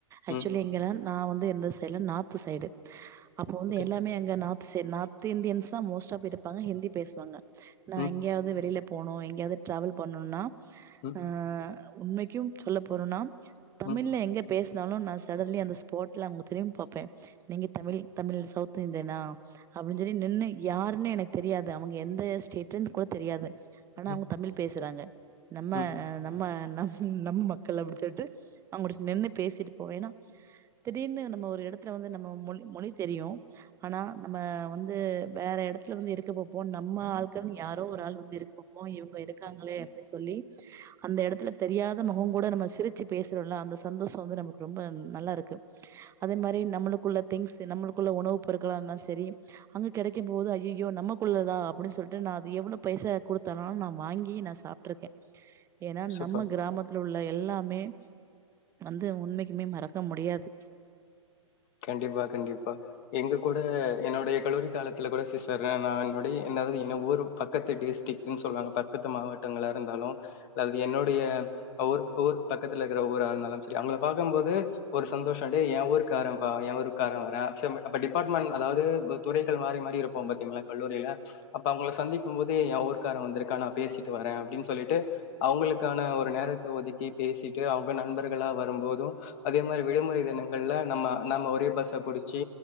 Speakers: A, on the right; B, on the left.
A: ஆக்சுவலி
B: ம்
A: எங்கெல்லாம் நான் வந்து எந்த சைடுல நார்த்து சைடு அப்ப வந்து
B: ஓகே
A: எல்லாமே அங்க நா சரி நார்த் இந்தியன்ஸ் தான் மோஸ்ட் ஆப் இருப்பாங்க ஹிந்தி எப்டி பேசுவாங்க நான்
B: ம்
A: எங்கேயாவது வெளியில போனோ எங்கயாவது ட்ராவல் பண்ணணும்னா
B: ம்
A: ஆஹ் உண்மைக்கும் சொல்ல போறோம்னா தமிழ்ல
B: ம்
A: எங்க பேச இருந்தாலும் நான் சடன்லி அந்த ஸ்பாட்ல அவங்க திரும்பி பார்ப்பேன் நீங்க தமிழ் தமிழ் சவுத் இந்தியனா அப்படின்னு சொல்லி நின்று யாருன்னு எனக்கு தெரியாது அவங்க எந்த ஸ்டேட்ல இருந்து கூட தெரியாது ஆனா
B: ம்
A: அங்க பேசுறாங்க நம்ம
B: ம்
A: நம்ம நம் நம்ம மக்கள் அப்படி சொல்லிட்டு அவங்களுக்கு நின்று பேசிட்டு போவேன்னா திடீர்னு நம்ம ஒரு இடத்துல வந்து நம்ம மொ மொழி தெரியும் ஆனா நம்ம வந்து வேற இடத்துல வந்து இருக்க போப்போம் நம்ம ஆட்காகளா யாரோ ஒரு ஆள் வந்து இருக்க போப்போம்ங்க இப்ப இருக்காங்குளே அப்டி சொல்லி அந்த இடத்துல தெரியாத முகம் கூட நம்ம சிரிச்சு பேசற அந்த சந்தோஷம் வந்து நமக்கு ரொம்ப நல்லா இருக்கு அதே மாதிரி நம்மளுகுள்ள திங்ஸ் நம்மளுகுள்ள உணவு பொருட்கள் இருந்தாலும் செரி அங்க கெடைக்கும் போது ஐய்யயோ நமக்குள்ளதா அப்டின்னு சொல்லிட்டு நா எவ்ளவு பைசை கொடுத்தன வாங்கி நான் சாப்ட்ருக்கே ஏன்னா
B: சூப்பர்
A: நம்ம கிராமத்துல உள்ள எல்லா மே வந்து உண்மைக்குமே மறக்க முடியாது
B: கண்டிப்பா-கண்டிப்பா எங்க கூட என்னுடைய கல்லூரி காலத்துல கூட சிஸ்டர் நா என்னுட என்து என் ஊர் பக்கத்து டிஸ்ட்ரிக்ன்னு சொல்லுவாங்க பக்கத்து மாவட்டங்களா இருந்தாலும் அல்லது என்னுடைய ஊர் ஊரு பக்கத்துல இருக்கிற ஊரா இருந்தாலும் சரி அவுங்கள பாக்கும் போது ஒரு சந்தோஷம் டே என் ஊருக் க்காரம்பா ஏன் ஊருக்கார வரான் செரி அப்ப டிபார்ட்மென்ட் அதாவது ப்ப துறைகள் மாறி மாறி இருப்போ பாத்தீங்களா கல்லூரியில அப்ப அவுங்கள சந்திக்கும் போது ஏன் ஊருக்காரன் வந்திருக்கா நா பேசிட்டு வரே அப்டின்னு சொல்லிட்டு அவுங்களுக்கான ஒரு நேரத்த ஒதுக்கி பேசிட்டு அவுங்க நண்பர்களா வரும்போது அதே மாரி விடுமுறை தினங்கள்ல நம்ம நம்ம ஒரே பஸ்ஸ புடிச்சு